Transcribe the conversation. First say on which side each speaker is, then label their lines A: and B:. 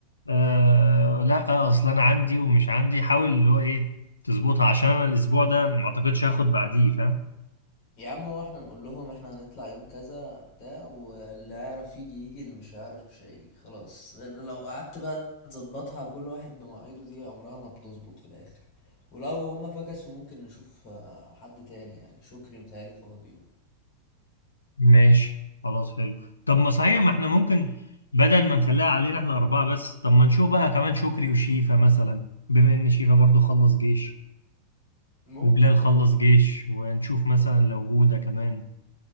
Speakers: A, on the left; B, on the left.
A: آه لا اصل انا عندي ومش عندي حاول اللي هو ايه تظبطها عشان انا الاسبوع ده ما اعتقدش هاخد بعديه فاهم
B: يا عم هو احنا نقول لهم احنا هنطلع يوم كذا بتاع واللي هيعرف يجي يجي اللي مش هيعرف مش هيجي خلاص لان لو قعدت بقى تظبطها كل واحد بمواعيده دي عمرها ما بتظبط في الاخر ولو هما فكسوا ممكن نشوف آه، حد تاني يعني شكري متهيألي فاضي
A: ماشي خلاص حلو طب ما صحيح ما احنا ممكن بدل ما نخليها علينا احنا أربعة بس طب ما نشوف بقى كمان شكري وشيفا مثلا بما إن شيفا برضو خلص جيش
B: ممكن
A: وبلال خلص
B: برضو
A: جيش ونشوف مثلا لو جودة كمان